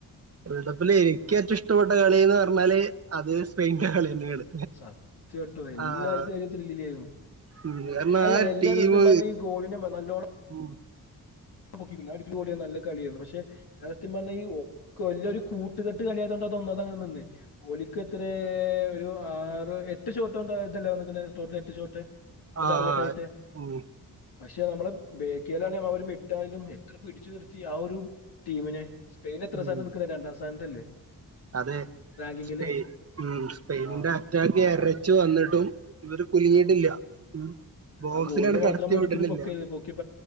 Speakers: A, on the right; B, on the left.
A: വേൾഡ് കപ്പില് എനിക്ക് ഏറ്റവും ഇഷ്ടപ്പെട്ട കളിന്ന് പറഞ്ഞാല് അത് സ്പെയിൻന്റെ കളിയന്നെയാണ്
B: സത്യം കേട്ടോ എല്ലാവർക്കും
A: ആഹ്
B: അതിൽ ത്രില്ലിലായിരുന്നു
A: ഉം കാരണം
B: അല്ല
A: ആ
B: എല്ലാവരും
A: ടീമ്
B: സത്യം പറഞ്ഞ ഈ ഗോളിനെ നല്ലോണം
A: ഉം
B: <unintelligible> നല്ല കളിയാണ് പക്ഷെ സത്യം പറഞ്ഞ ഈ ഒക്കെ ഓലൊരു കൂട്ട കൂട്ട്കെട്ട് കളിയാത് കൊണ്ട് അതൊന്നാമത് അങ്ങനെ നിന്നെ ഓലിക്ക് എത്രേ ഒരു ആറ് എട്ട് ഷോട്ടോണ്ട് ഇതല്ലേ വന്ന്ക്ക്ണ ടോട്ടൽ എട്ട് ഷോട്ട് ഓൺ
A: ആഹ്
B: ടാർഗറ്റ് ആയിട്ട്
A: ഉം
B: പക്ഷെ നമ്മള് ബേക്കിയലാണ ഒരു മിഡ് എന്തായാലും എത്ര പിടിച്ചു നിറുത്തി ആ ഒരു ടീമിനെ സ്പെയിൻ എത്രാ
A: ഉം
B: സ്ഥാനത്താ നിക്കുന്നേ രണ്ടാം സ്ഥാനത്തല്ലേ
A: അതെ
B: റാങ്കിങ്ങില്
A: സ്പെയി ഉം സ്പെയിനിന്റെ
B: ആ
A: അറ്റാക്ക്
B: ആ
A: എരച്ചു
B: ഒരു
A: വന്നിട്ടും
B: ആ
A: ഇവര് കുലിങ്ങീട്ടില്ല
B: ആ
A: ഉം ബോസിലങ്ങട്
B: ആ ഗോളിനെ മാത്രം
A: കടത്തി
B: നമ്മൾ ഒരിക്കലും
A: വിടണില്ല
B: പൊക്കി പൊക്കി